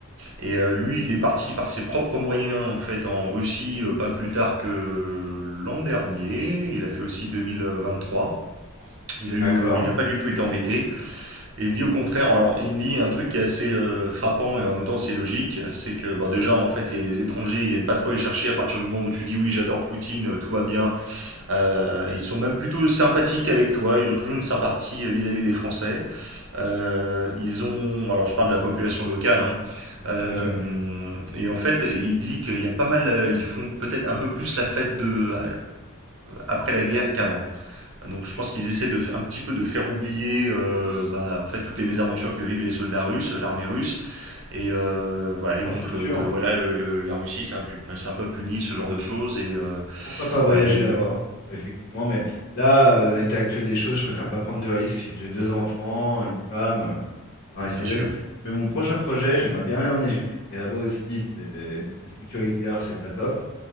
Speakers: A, on the right; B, on the left.
A: et euh, lui, il est parti par ses propres moyens, en fait, en Russie, euh, pas plus tard que l'an dernier, il a fait aussi 2023. Il a eu,
B: D'accord,
A: euh, il a pas du tout été embêté. Et il me dit au contraire, alors il me dit un truc qui est assez euh, frappant et en même temps c'est logique, c'est que bah, déjà en fait les étrangers ils viennent pas trop les chercher à partir du moment où tu dis oui j'adore Poutine, euh, tout va bien. Euh, ils sont même plutôt sympathiques avec toi, ils ont toujours une sympathie euh, vis-à-vis des Français. Euh, ils ont, alors je parle de la population locale, hein,
B: tout
A: euh,
B: à fait.
A: et en fait, il dit qu'il y a pas mal, euh, ils font peut-être un peu plus la fête de euh, après la guerre qu'avant. Donc je pense qu'ils essaient de, un petit peu de faire oublier euh, bah, en fait, toutes les mésaventures que vivent les soldats russes, l'armée russe, et euh, voilà, ils
B: Non,
A: montrent
B: c'est sûr.
A: que, que, voilà, le- la Russie c'est un, pu- c'est un peuple uni, ce genre de choses, et euh,
B: Pourquoi pas voyager
A: voilà, il y a une...
B: là-bas? Effectivement, mais là, euh, à l'état actuel des choses, je préfère pas prendre de risques. J'ai deux enfants, une femme. euh, Pareil, Cézanne.
A: Bien sûr.
B: Mais mon prochain projet, j'aimerais bien aller en Égypte, mais là-bas aussi, c'est niveau sécuritaire, c'est pas top.